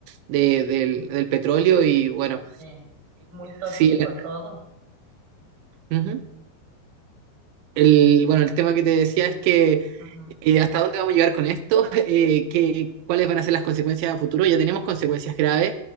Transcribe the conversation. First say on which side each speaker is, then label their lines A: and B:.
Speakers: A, on the right; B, on the right.
A: de- del, del petróleo y bueno,
B: Sí. Muy tóxico
A: sí, la-
B: todo.
A: Ujú. El, bueno, el tema que te decía es que
B: Ujú,
A: eh, hasta dónde vamos a llegar con esto, <laughs> Eh, que- cuáles van a ser las consecuencias a futuro. Ya tenemos consecuencias graves,